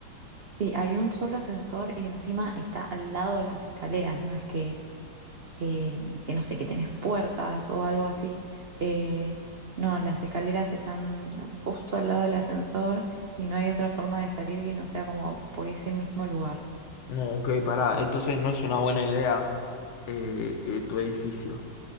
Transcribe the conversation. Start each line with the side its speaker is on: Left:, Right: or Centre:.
Right: Sí, hay un solo ascensor y encima está al lado de las escaleras, no es que, eh, que no sé, que tenés puertas o algo así. Eh, no, las escaleras están justo al lado del ascensor y no hay otra forma de salir que no sea como por ese mismo lugar.
Left: No, ok, pará. Entonces no es una buena idea eh, eh, tu edificio.